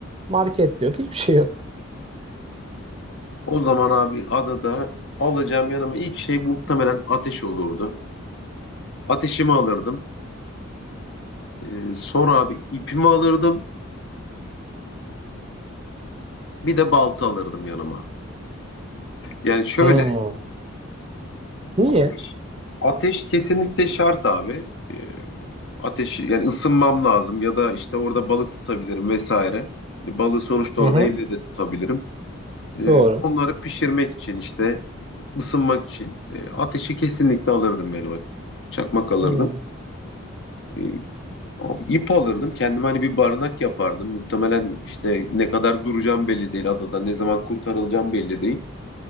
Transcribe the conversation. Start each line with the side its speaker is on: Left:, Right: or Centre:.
Right: Market de yok. Hiçbir şey yok.
Left: O zaman abi adada alacağım yanıma ilk şey muhtemelen ateş olurdu. Ateşimi alırdım. Ee, sonra abi ipimi alırdım. Bir de balta alırdım yanıma. Yani şöyle
Right: Hmm. Niye?
Left: ateş, ateş kesinlikle şart abi. Ee, ateş yani ısınmam lazım ya da işte orada balık tutabilirim vesaire. Balığı sonuçta
Right: Hı
Left: orada
Right: hı.
Left: elle de tutabilirim. E,
Right: Doğru.
Left: onları pişirmek için işte ısınmak için e, ateşi kesinlikle alırdım benim. o Çakmak alırdım.
Right: Hmm.
Left: E, abi ip alırdım. Kendime hani bir barınak yapardım. Muhtemelen işte ne kadar duracağım belli değil adada. Ne zaman kurtarılacağım belli değil.